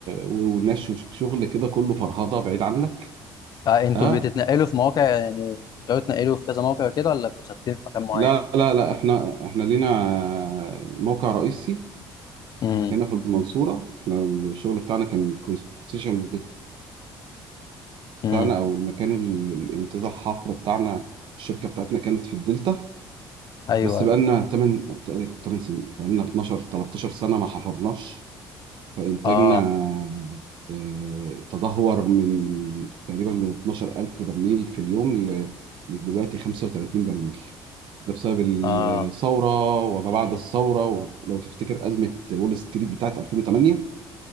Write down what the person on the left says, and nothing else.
آه. انتوا
بتتنقلوا في مواقع يعني بتقعدوا تنقلوا في كذا موقع كده ولا بتبقوا ثابتين في مكان معين
امم
امم
ايوه
ايوه
اه
اه